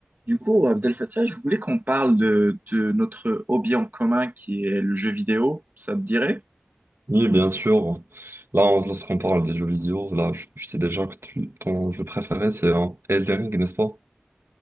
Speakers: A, on the right; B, on the right.
A: Du coup, Abdel Fattah, je voulais qu'on parle de, de notre hobby en commun qui est le jeu vidéo, ça te dirait?
B: Oui, bien sûr. Là, on- lorsqu'on parle des jeux vidéo, là, je, je sais déjà que tu- ton jeu préféré, c'est euh, Elden Ring, n'est-ce pas?